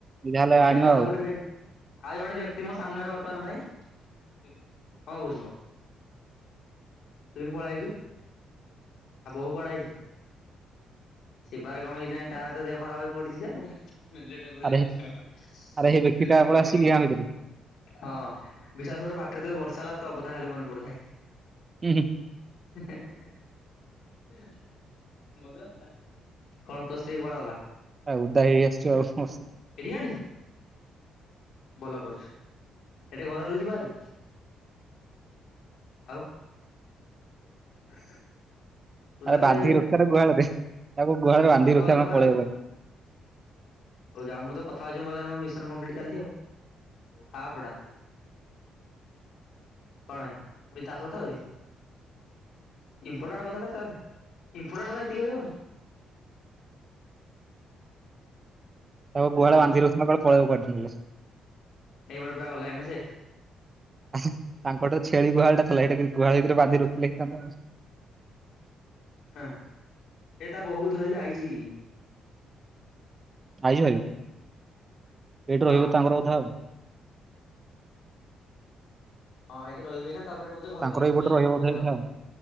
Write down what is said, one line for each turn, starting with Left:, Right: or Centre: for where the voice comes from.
Right: ଯାହାହେଲେ
Left: ଏଇଟା
Right: ଆଣିବ
Left: ତ ଆଉ ଗୋଟେଏ ବି ଆଉ ଜଣେ ବ୍ୟକ୍ତି ମୋ ସାମ୍ନାରେ ବର୍ତ୍ତମାନ ପାଇଁ କଣ କୋହୁଚୁକହ? ସିଏବି ପଳେଇଆଇଚୁଦ ତା ବୋହୂ କୁଆଡେ ଆଇଚି? ଶିବାରେ କଣ ହେଇଚି କେଇଣି ତାରତ ଦେହ ଖରାପ ରେ ପଡିଚି ସେ। ତା ପରେ
Right: ଆରେ
Left: ମିଠାଟା
Right: ଆରେ ହେଇ ବେକି
Left: କେନ୍ତି
Right: ଟା ପଳେଇ
Left: ଲାଗିଲା
Right: ଆସିଛି
Left: କି?
Right: ଗାଁ ଭିତରୁ
Left: ହଁ ବିଶାସକର ବାଟରେ ଯେତେଳେ ବର୍ଷା ହେଲା ତୋ କଥା ଖାଲି ମନେ ପଡୁଥାଏ।
Right: ହୁଁ ହୁଁ।
Left: ହେଁ ହେଁ ହେଁ। ମଜା ଆସିଲା କଣ୍ ତୋ ସ୍ତ୍ରୀ କୁଆଡ ଗଲା?
Right: ଓଦା ହେଇ ଆସିଚୁ ଆଉ ହୁଁ।
Left: ଏଠିକି୍ ଆଣିଚୁ। ଭଲ କରିଛୁ ଏଠେ ଘର ହେଲେ ଯିବାହାରି? ଆଉ। <inaudible> ତାହେଲେ
Right: ଆରେ ବାନ୍ଧି ରଖିଥାରେ ଗୁହାଳରେ ତାକୁ ଗୁହାଳରେ ବାନ୍ଧି
Left: କୁଆଉଛୁ
Right: ରଖିଥା ନନେ
Left: କୁଆଡେ
Right: ପଳେଇବ।
Left: ଆଉଛୁ? ହଉ ଯାଉ ମୁଁ ତ କଥା ହଉଚି ମୋ ଦ୍ୱାରା ମୋ ମିଶନ କମ୍ପିଲ୍ଟ ଚାଲିଚି। ପା ପୋଡା। ହଁ ମୁଁ ତାସହିତ ହେବି? ଇମ୍ପୋର୍ଟାଣ୍ଟ କଥାଟା ଚାଲେ ଇମ୍ପଟାଣ୍ଟ ପାଇଁ ଏତିକି କରି ହବନି?
Right: ତା କୁ
Left: ହ୍ୟାଲୋ
Right: ଗୁହାଳେ ବାନ୍ଧିରଖୁଚ ନା ପଳେଇବ କୁଆଢେ?
Left: ଏଇପଟେ ପୁରା ଗଲା ଏଇନା ସେ
Right: ତାଙ୍କଟ ଛେଳି ଗୁହାଳି ଟା ଥିଲା ଏଇଟା ଗୁହାଳ ହେଇ କି ବାନ୍ଧି ରଖିଥିଲା କାମଦବ?
Left: ହଁ ସେତାଵେହୁ କୁଧରିକି ଆଇଚି।
Right: ଆଉଚି ଭାଇ ଏଇଠି
Left: ହଁ
Right: ରହିବ ତାଙ୍କର ଅଧା।
Left: ହଁ ଏଇ ଠିରହିବେ ନା ତାପରେ ବୋଧେ ଘରକୁ
Right: ତାଙ୍କର
Left: ଯିବେ
Right: ଏଇପଟେ ରହିବ
Left: କଣ୍ ବୋଧେ
Right: ଏଇଠି